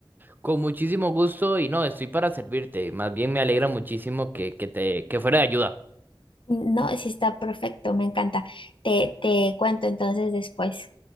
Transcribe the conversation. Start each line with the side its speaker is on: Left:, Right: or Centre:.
Right: Con muchísimo gusto y no, estoy para servirte. Más bien me alegra muchísimo que, que te, que fuera de ayuda.
Left: No, sí está perfecto, me encanta. Te, te cuento entonces después.